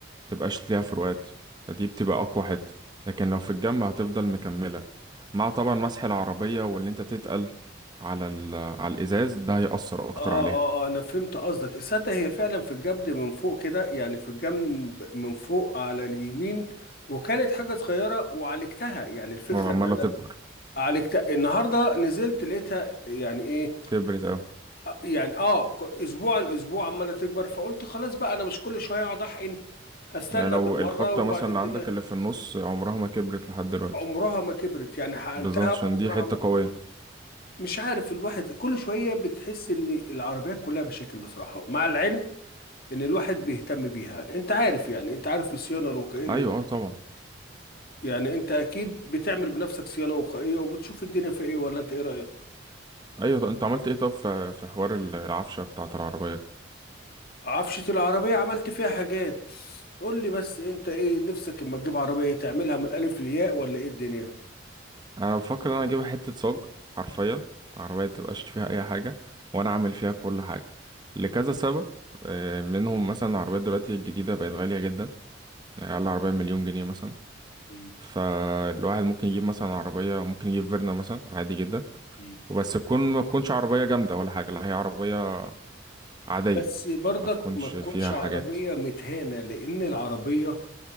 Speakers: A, on the right; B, on the left.
A: متبقاش ليها فروقات فدي بتبقى اقوى حتة لكن لو في الجنب هتفضل مكملة مع طبعا مسح العربية واللي انت تتقل على ال على الازاز ده هيأثر اكتر
B: اه
A: عليها
B: اه آه، انا فهمت قصدك تصدق هي فعلا في الجبل من فوق كده يعني في الجنب من فوق على اليمين وكانت حاجة صغيرة وعالجتها يعني الفكرة
A: وعمالة
B: ان انا
A: تكبر
B: عالجتها النهاردة نزلت لقيتها يعني ايه
A: كبرت اوي
B: آه، يعني اه ك- اسبوع عن اسبوع عمالة تكبر فقلت خلاص بقى انا مش كل شوية اقعد احقن هستنى
A: يعني لو
B: بالمرة
A: الخبطة
B: وبعد
A: مثلا اللي
B: كده
A: عندك اللي في النص عمرها ما كبرت لحد دلوقتي
B: عمرها ما كبرت يعني حقنتها
A: بالظبط عشان
B: عمرها
A: دي حتة
B: ما كبرت
A: قوية
B: مش عارف الواحد كل شوية بتحس ان العربيات كلها بشكل بصراحة مع العلم ان الواحد بيهتم بيها انت عارف يعني انت عارف الصيانه الوقائيه اللي
A: أيوة اه طبعا
B: يعني انت اكيد بتعمل بنفسك صيانه وقائيه وبتشوف الدنيا في ايه ولا انت ايه رايك
A: أيوة طب أنت عملت ايه طب في في حوار ال- العفشة بتاعة العربية
B: عفشه العربيه عملت فيها حاجات قول لي بس انت ايه نفسك اما تجيب عربيه تعملها من الالف للياء ولا ايه الدنيا
A: أنا بفكر إن أنا أجيبها حتة صاج حرفيا العربية متبقاش فيها أي حاجة وأنا أعمل فيها كل حاجة لكذا سبب آه، منهم مثلا العربيات دلوقتي الجديدة بقت غالية جدا يعني أقل عربية مليون جنيه مثلا
B: مم.
A: فالواحد ممكن يجيب مثلا عربية ممكن يجيب فيرنا مثلا عادي جدا
B: مم.
A: وبس تكون ما تكونش عربية جامدة ولا حاجة لا هي عربية عادية
B: بس برضك
A: ما تكونش
B: ما تكونش
A: فيها
B: عربيه
A: حاجات
B: متهانه لان العربيه